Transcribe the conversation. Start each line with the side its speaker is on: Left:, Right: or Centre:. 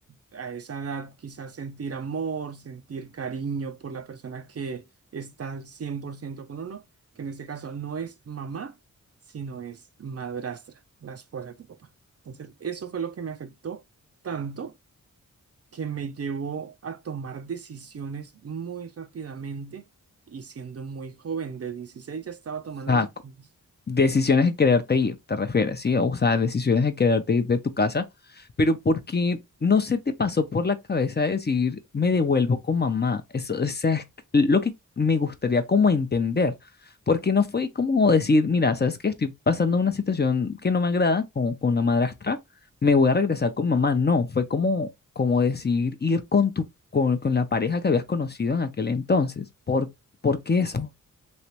Right: a esa edad quizás sentir amor, sentir cariño por la persona que está al 100% con uno, que en este caso no es mamá, sino es madrastra, la esposa de tu papá. Entonces, eso fue lo que me afectó tanto que me llevó a tomar decisiones muy rápidamente y siendo muy joven, de 16 ya estaba tomando
Left: O sea,
Right: decisiones
Left: Decisiones de quererte ir, te refieres, ¿sí? O sea, decisiones de quererte ir de tu casa, pero porque no se te pasó por la cabeza decir, me devuelvo con mamá. Eso, o sea, es lo que me gustaría como entender, porque no fue como decir, mira, sabes que estoy pasando una situación que no me agrada con, con la madrastra, me voy a regresar con mamá. No, fue como, como decir ir con tu, con, con la pareja que habías conocido en aquel entonces. ¿Por, por qué eso?